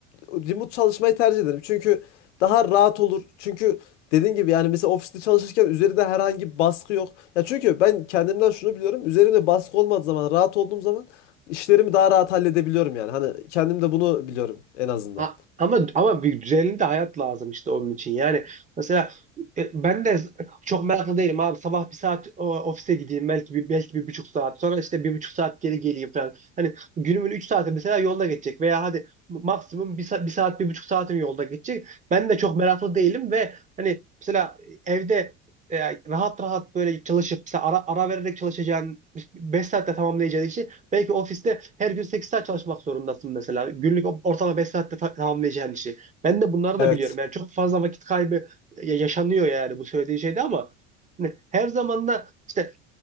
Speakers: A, on the left; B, on the right.
A: remote çalışmayı tercih ederim. Çünkü daha rahat olur. Çünkü dediğin gibi yani mesela ofiste çalışırken üzerinde herhangi bir baskı yok. Ya çünkü ben kendimden şunu biliyorum. Üzerimde baskı olmadığı zaman, rahat olduğum zaman işlerimi daha rahat halledebiliyorum yani. Hani kendim de bunu biliyorum en azından.
B: Ha, ama ama bir düzenli de hayat lazım işte onun için. Yani mesela e, ben de çok meraklı değilim abi. Sabah bir saat o, ofise gideyim belki bir belki bir buçuk saat. Sonra işte bir buçuk saat geri geleyim falan. Hani günümün üç saati mesela yolda geçecek veya hadi maksimum bir, sa- bir saat bir buçuk saatim yolda geçecek. Ben de çok meraklı değilim ve hani mesela evde e, rahat rahat böyle çalışıp mesela ara, ara vererek çalışacağın 5 saatte tamamlayacağın işi Belki ofiste her gün 8 saat çalışmak zorundasın mesela. Günlük ortalama 5 saatte ta- tamamlayacağın işi. Ben de bunları
A: Evet.
B: da biliyorum. Yani çok fazla vakit kaybı e, ya- yaşanıyor yani bu söylediği şeyde ama hani her zaman da işte